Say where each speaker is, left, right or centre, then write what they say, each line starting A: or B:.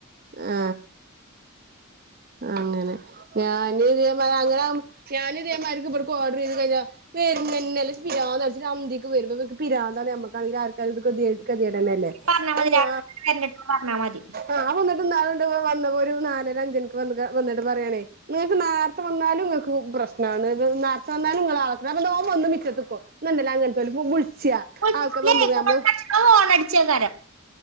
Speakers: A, on the right (about 45°); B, on the right (about 80°).
A: ആ....... അങ്ങനെ ഞാൻ ഇത അങ്ങനെ ഞാൻ ഇതേമാരിക്കും ഇവിടക്കും ഓർഡർ ചെയ്ത് കഴിഞ്ഞ വ <unintelligible> സന്ധ്യക്ക് വരും ഞാൻ ചോദിച്ച് പിരാന്താണ് നമ്മക്ക് ആണെങ്കിൽ ടല്ലേ
B: പറഞ്ഞാ മതി
A: അയ്യ
B: രാത്രി തെരഞ്ഞെടുത്ത് പറഞ്ഞാ മതി.
A: ആ വന്നപ്പോ ഒരു നാല അഞ്ചക്ക് വന്നിട്ട് പറയണേ നിങ്ങൾക്ക് നേരത്തെ വന്നാലും ക്ക് പ്രശ്ന നേരത്തെ വന്നാലും നിൾള നോ ഓൻ വന്ന് മുറ്റത്ത് നിക്കും നണ്ടല്ല അങ്ങനത്തെച്ച ശ
B: വിളിച്ചില്ലേ
A: ആൾക്കാ വന്ന പോ
B: ഫോൺ
A: നമ്മള
B: അടിച്ചപ്പോ ഫോൺ അടിച്ചേക്കാരം.